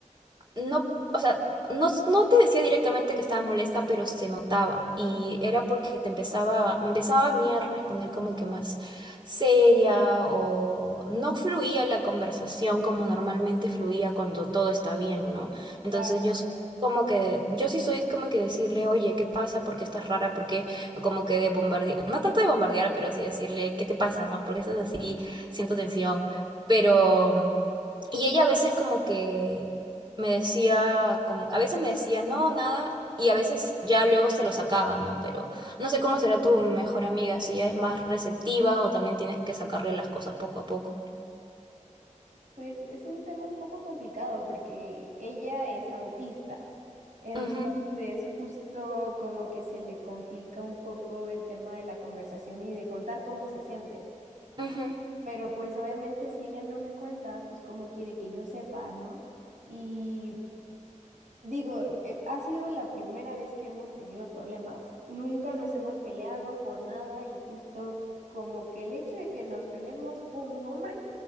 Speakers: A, on the right (about 40°); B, on the right (about 85°).
A: no, o sea, no, s- no te decía directamente que estaba molesta, pero se notaba. Y era porque te empezaba, me empezaba a mí a responder como que más seria o no fluía la conversación como normalmente fluía cuando todo está bien, ¿no? Entonces
B: Claro.
A: yo soy como que, yo sí soy como que decirle, oye, ¿qué pasa? ¿Por qué estás rara? ¿Por qué? Como que de bombardear, no tanto de bombardear, pero sí decirle, ¿qué te pasa? ¿No? ¿Por qué estás así? Siento tensión. Pero. Y ella a veces como que me decía, como, a veces me decía, no, nada, y a veces ya luego se lo sacaba, ¿no? Pero no sé cómo será tu mejor amiga, si ella es más receptiva o también tienes que sacarle las cosas poco a poco.
B: Pues es un tema un poco complicado porque ella es autista. Entonces,
A: Ujú,
B: justo como que se le complica un poco el tema de la conversación y de contar cómo se siente.
A: ujú,
B: Pero pues obviamente si ella no me cuenta, pues cómo quiere que yo sepa, ¿no? Y Digo, eh, ha sido la primera vez que hemos tenido problemas. Nunca nos hemos peleado por nada y justo como que el hecho de que nos peleemos por un hombre,